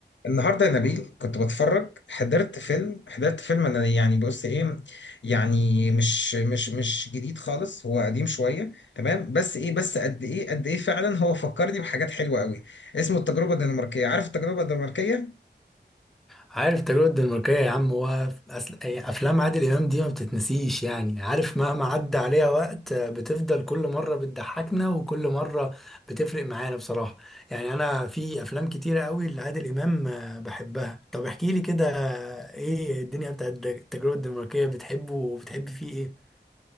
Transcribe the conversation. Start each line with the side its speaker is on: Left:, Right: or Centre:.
Left: النهارده يا نبيل كنت بتفرج حضرت فيلم حضرت فيلم انا يعني بص ايه يعني مش مش مش جديد خالص هو قديم شويه تمام بس ايه بس قد ايه قد ايه فعلا هو فكرني بحاجات حلوه قوي اسمه التجربه الدنماركيه عارف التجربه الدنماركيه
Centre: عارف التجربة الدنماركية يا عم هو أصل- أي أفلام عادل إمام دي ما بتتنسيش يعني عارف مهما عدى عليها وقت آه، بتفضل كل مرة بتضحكنا وكل مرة بتفرق معانا بصراحة يعني أنا في أفلام كتيرة قوي لعادل إمام آه، بحبها طب احكي لي كده آه، إيه الدنيا بتاعت التجربة الدنماركية بتحبه وبتحب فيه إيه؟